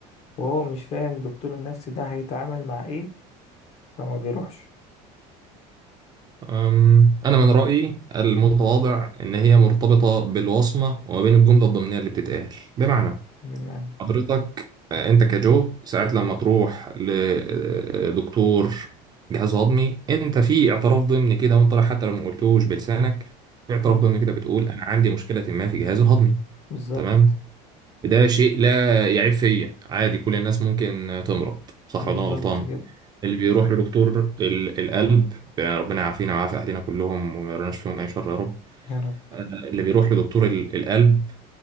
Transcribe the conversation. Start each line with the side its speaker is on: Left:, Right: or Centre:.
Left: وهو مش فاهم دكتور النفسي ده هيتعامل مع ايه فما بيروحش
Right: أم، أنا من رأيي المتواضع إن هي مرتبطة بالوصمة وما بين الجملة الضمنية اللي بتتقال بمعنى
Left: بمعنى
Right: حضرتك انت كجو ساعات لما تروح لدكتور جهاز هضمي انت في اعتراف ضمني كده وانت رايح حتى لو ما قلتوش بلسانك في اعتراف
Left: مم.
Right: ضمني كده بتقول انا عندي مشكله ما في جهازي الهضمي
Left: بالظبط
Right: تمام ده شيء لا يعيب فيا عادي كل الناس ممكن تمرض صح
Left: بالظبط
Right: ولا انا غلطان
Left: كده
Right: اللي بيروح لدكتور ال- القلب ربنا يعافينا ويعافي اهلنا كلهم وما يرناش فيهم اي شر يا رب
Left: يا رب
Right: آه، اللي بيروح لدكتور ال- القلب